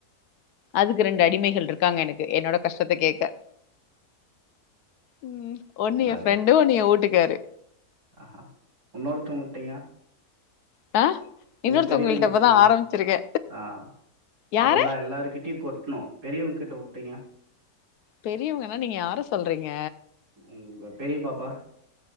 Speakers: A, on the left; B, on the right.
A: அதுக்கு ரெண்டு அடிமைகள் இருக்காங்க எனக்கு என்னோட கஷ்டத்த கேக்க உம் ஒன்னி
B: நல்ல
A: எ ஃப்ரெண்டு ஒன்னு ஏ ஊட்டுக்காரு
B: ஆஹா இன்னொருத்தங்க விட்டிங்க
A: ஆ
B: உங்க
A: இன்னொருத்தவங்கள்ட்ட
B: பெரியவங்க
A: இப்பதா
B: உட்டீங்க
A: ஆரம்பிச்சிருக்கே
B: ஆ
A: யார
B: அவ்ள தா எல்லாருக்கிட்யும் கொட்ணூ பெரியவங்கிட்ட உட்டீங்க
A: பெரியவங்கன்னா நீங்க யார சொல்றீங்க
B: உம் உங்க பெரிய பாப்பா